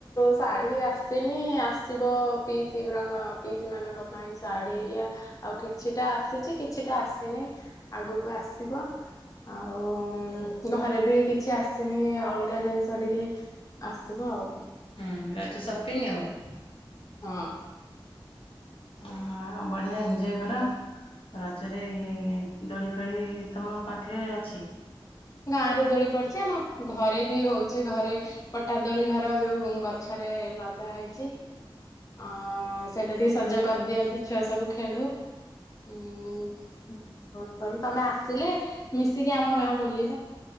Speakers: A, on the left (about 40°); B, on the left (about 80°).
A: ଶାଢ଼ୀ ଆସିନି ଆସିବ ପିଇସି ଗୁରାଙ୍କ ପିଇସି ମାନଙ୍କ ପାଇଁ ଶାଢ଼ୀ ଏରିଆ ଆଉ କିଛିଟା ଆସିଛି କିଛିଟା ଆସିନି। ଆଗକୁ ଆସିବ। ଆଉ ଘରେ ବି କିଛି ଆସିନି ଅଲଗା ଜିନିଷ ଟିକେ। ଆସିବ ଆଉ।
B: ହୁଁ ରଜ ସପିଙ୍ଗ ଆଉ।
A: ହଁ।
B: ଅହ ବଢିଆ ଏଞ୍ଜୟ କର। ରଜରେ ଇ ଦୋଳି ଫାଳି ତମ ପାଖରେ ଅଛି।
A: ଗାଁ ରେ ଦୋଳି ପଡିଛି ଆମ ଘରେ ବି ହଉଛି ଘରେ। ପଟାଦୋଳି ଘର ଯୋଉ ଗଛରେ ଲଗା ହେଇଛି। ଅ ସେଟା ଟିକେ ସଜ କରିଦିଅନ୍ତି ଛୁଆ ସବୁ ଖେଳୁ ଉଁ।
B: ଆଚ୍ଛା।
A: ବହୁତ ଭଲ ତମେ ଆସିଲେ ମିଶିକି ଆମ ଗାଁ ବଲି।